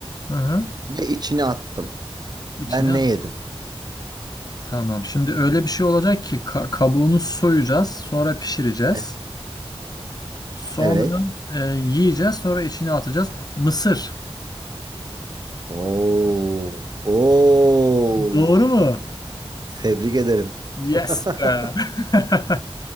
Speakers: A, on the left; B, on the right.
A: Hı hı.
B: ve içini attım.
A: İçine
B: Ben
A: al.
B: ne yedim?
A: Tamam. Şimdi öyle bir şey olacak ki ka- kabuğunu soyacağız, sonra pişireceğiz.
B: Heh,
A: Sonra
B: Evet.
A: e, yiyeceğiz, sonra içine atacağız. Mısır.
B: Oo, oo.
A: Doğru mu?
B: Tebrik ederim.
A: Yes
B: <laughs>
A: be. <laughs>